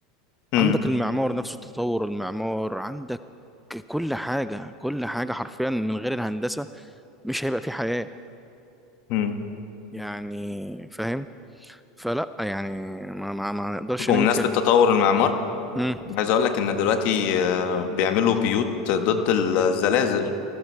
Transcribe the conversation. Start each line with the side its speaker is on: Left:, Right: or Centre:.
Left: امم
Centre: عندك المعمار نفسه تطور المعمار عندك كل حاجه كل حاجه حرفيا من غير الهندسه مش هيبقى في حياه
Left: امم
Centre: يعني فاهم فلا يعني ما ما, ما نقدرش
Left: بمناسبة
Centre: ننكر
Left: تطور المعمار
Centre: امم
Left: عايز اقول لك ان دلوقتي آه، بيعملوا بيوت ضد الزلازل